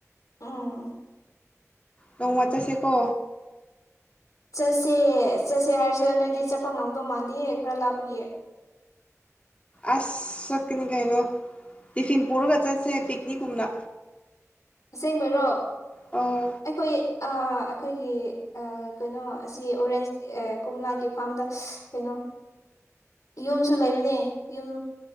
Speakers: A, on the left (about 85°); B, on the left (about 25°).
A: ꯑꯥ
B: ꯅꯣꯡ ꯃꯆꯥꯁꯦꯀꯣ
A: ꯆꯠꯁꯦ ꯆꯠꯁꯦ ꯍꯥꯏꯔꯁꯨ ꯅꯣꯏꯗꯤ ꯆꯠꯄ ꯉꯝꯗꯧ ꯃꯥꯟꯗꯤꯦꯍꯦ ꯈꯔ ꯂꯥꯞꯄꯒꯤꯌꯦ
B: ꯑꯁ ꯆꯠꯀꯅꯤ ꯀꯩꯅꯣ ꯇꯤꯐꯤꯟ ꯄꯨꯔꯒ ꯆꯠꯁꯦ ꯄꯤꯛꯅꯤꯛꯀꯨꯝꯅ
A: ꯑꯁꯦꯡꯕꯩꯔꯣ
B: ꯑꯣ
A: ꯑꯩꯈꯣꯏ ꯑ ꯑꯩꯈꯣꯏꯒꯤ ꯀꯩꯅꯣ ꯑꯁꯤ ꯑꯣꯔꯦꯟꯖ ꯀꯣꯝꯂꯥꯒꯤ ꯐꯥꯔꯝꯗ ꯀꯩꯅꯣ ꯌꯨꯝꯁꯨ ꯂꯩꯕꯅꯦ ꯌꯨꯝ